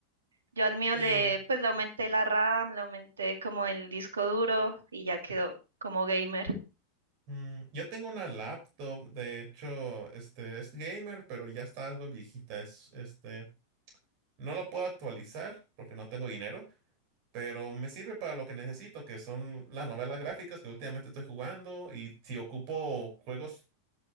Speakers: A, on the right (about 70°); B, on the right (about 45°).
A: Yo al mío
B: Sí,
A: le, pues le aumenté la RAM, le aumenté como el disco duro y ya quedó como gamer.
B: mm, yo tengo una laptop, de hecho, este es gamer, pero ya está algo viejita. Es, este, no lo puedo actualizar porque no tengo dinero, pero me sirve para lo que necesito, que son las novelas gráficas que últimamente estoy jugando y si ocupo juegos